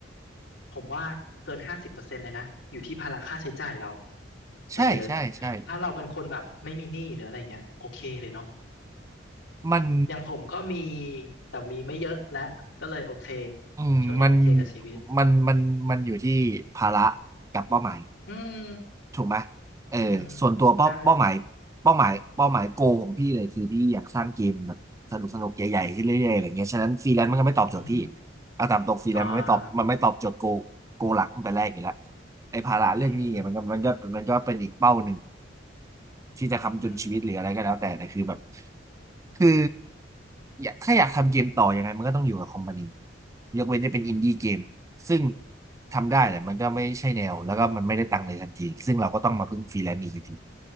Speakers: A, on the left; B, on the right.
A: ผมว่าเกินห้าสิบเปอร์เซ็นต์เลยนะอยู่ที่ภาระค่าใช้จ่ายเราต่อเดือน
B: ใช่ใช่ใช่
A: ถ้าเราเป็นคนแบบไม่มีหนี้หรืออะไรเงี้ยโอเคเลยเนาะ
B: มัน
A: อย่างผมก็มีแต่มีไม่เยอะและก็เลยโอเค
B: อืมมัน
A: ช่วงเนี้ยโอเคกับชีวิต
B: มันมันมันอยู่ที่ภาระกับเป้าหมาย
A: อืม
B: ถูกไหมเออส่วนตัวเป้าเป้าหมายเป้าหมายเป้าหมายโกของพี่เลยคือพี่อยากสร้างเกมแบบสนุกสนุกใหญ่ๆขึ้นเรื่อยๆอะไรเงี้ยฉะนั้นฟรีแลนซ์มันก็ไม่ตอบโจทย์พี่
A: อืมฮึใช่อืม
B: เอาตามตรงฟรีแลนซ์มันไม่ตอบมันไม่ตอบโจทย์โก
A: อ่า
B: โกหลักตั้งแต่แรกอยู่แล้วไอ้ภาระเรื่องนี้เนี่ยมันก็มันก็มันก็เป็นอีกเป้าหนึ่ง
A: อืมฮึ
B: ที่จะค้ำจุนชีวิตหรืออะไรก็แล้วแต่แต่คือแบบ
A: อืมฮึ
B: คืออยากถ้าอยากทำเกมต่อยังไงมันก็ต้องอยู่กับคอมพานียกเว้นจะเป็นอินดี้เกมซึ่งทำได้แต่มันก็ไม่ใช่แนวแล้วก็มันไม่ได้ตังค์เลยทันทีซึ่งเราก็ต้องมาพึ่งฟรีแลนซ์อีกอยู่ดี
A: อืม